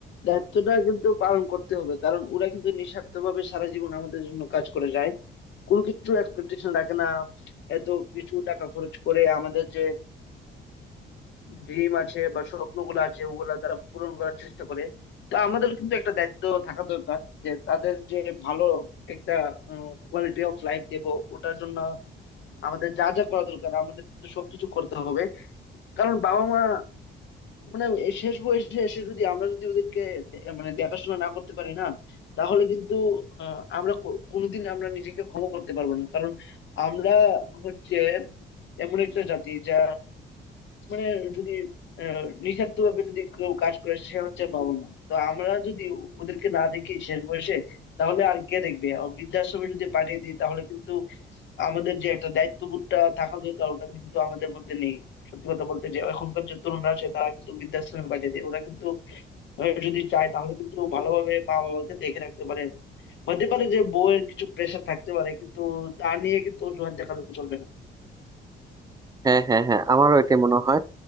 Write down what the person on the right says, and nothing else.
হ্যাঁ হ্যাঁ হ্যাঁ আমারও এটাই মনে হয়